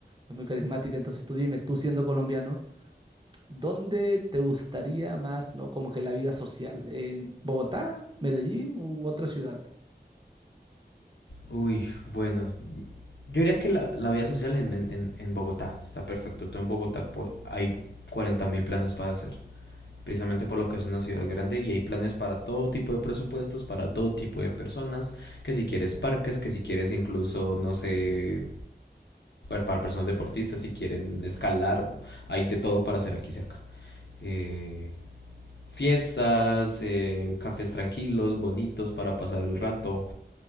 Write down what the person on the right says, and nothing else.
es muy carismática. Entonces tú dime, tú siendo colombiano, ¿dónde te gustaría más, ¿no? Como que la vida social? ¿En Bogotá, Medellín u otra ciudad?